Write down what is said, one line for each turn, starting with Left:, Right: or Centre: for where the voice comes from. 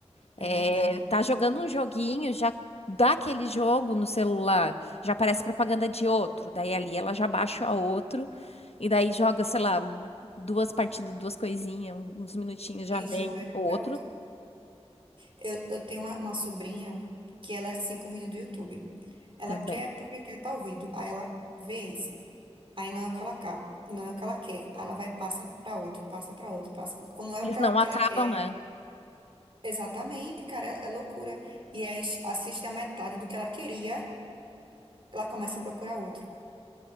Left: É,
Right: é verdade.
Left: tá jogando um joguinho, já dá aquele jogo no celular, já aparece propaganda de outro, daí ali ela já baixa o outro, e daí joga, sei lá, um- duas partidas, duas coisinhas, um- uns minutinhos já
Right: Enjoa
Left: vem
Right: e vai
Left: o outro
Right: pra outra. Eu, eu tenho uma, uma sobrinha que ela é assim com vídeo do YouTube. Ela
Left: também.
Right: quer porque quer estar ouvindo. Aí ela vê esse. Aí não é o que ela quer, não é o que ela quer. Aí ela vai e passa pra outro, passa pra outro, passa pra... Quando não é
Left: Eles
Right: o que
Left: não
Right: ela, que
Left: acabam,
Right: ela quer,
Left: né?
Right: exatamente, cara, é, é loucura. E aí s- assiste a metade do que ela queria, ela começa a procurar outro.